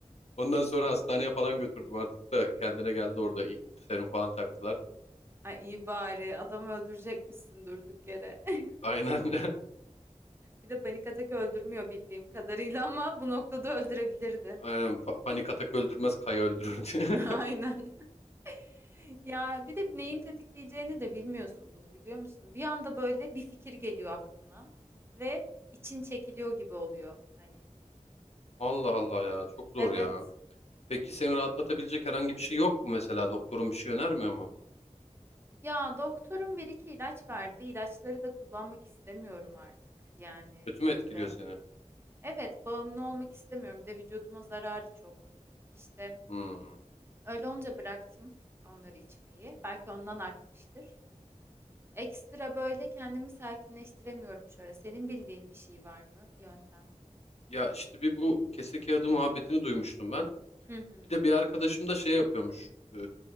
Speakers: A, on the left; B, on the right.
A: Ondan sonra hastaneye falan götürdüm. Artık da kendine geldi orada. Serum falan taktılar.
B: <laughs> Ay iyi bari adamı öldürecekmişsin durduk yere. <laughs>
A: Aynen. <laughs>
B: Bir de panik atak öldürmüyor bildiğim kadarıyla ama bu noktada öldürebilirdi.
A: Aynen. Pa- panik atak öldürmez, kaya öldürür. diye.
B: <laughs>
A: <laughs>
B: Aynen. <laughs> Ya bir de neyin tetikleyeceğini de bilmiyorsun bunu biliyor musun? Bir anda böyle bir fikir geliyor aklına ve için çekiliyor gibi oluyor hani.
A: Allah Allah ya çok
B: Evet.
A: zor ya. Peki seni rahatlatabilecek herhangi bir şey yok mu mesela? Doktorun bir şey önermiyor mu?
B: Ya doktorun bir iki ilaç verdi. İlaçları da kullanmak istemiyorum artık yani
A: Kötü
B: ilacı.
A: mü etkiliyor seni?
B: Evet, bağımlı olmak istemiyorum. Bir de vücuduma zararı çok. İşte
A: Hmm.
B: öyle olunca bıraktım onları içmeyi. Belki ondan artmıştır. Ekstra böyle kendimi sakinleştiremiyorum şu ara. Senin bildiğin bir şey var mı? Yöntem.
A: Ya işte bir bu kese kağıdı muhabbetini duymuştum ben.
B: Hı hı.
A: Bir de bir arkadaşım da şey yapıyormuş. Ee,